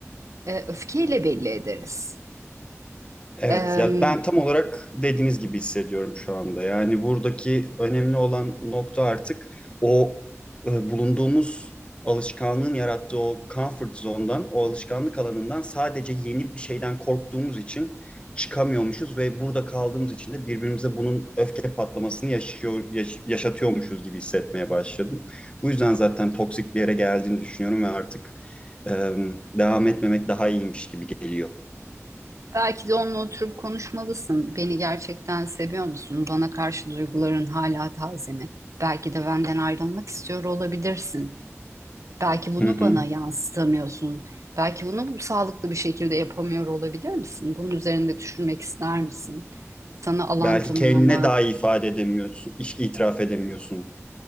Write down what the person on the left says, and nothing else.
Evet,
ya ben tam olarak dediğiniz gibi hissediyorum şu anda. Yani buradaki önemli olan nokta artık o e, bulunduğumuz alışkanlığın yarattığı o comfort zone'dan, o alışkanlık alanından sadece yeni bir şeyden korktuğumuz için çıkamıyormuşuz ve burada kaldığımız için de birbirimize bunun öfke patlamasını yaşıyor, yaş- yaşatıyormuşuz gibi hissetmeye başladım. Bu yüzden zaten toksik bir yere geldiğini düşünüyorum ve artık e, devam etmemek daha iyiymiş gibi geliyor.
Hı hı.
Belki
kendine daha iyi ifade edemiyorsun, iş itiraf edemiyorsun.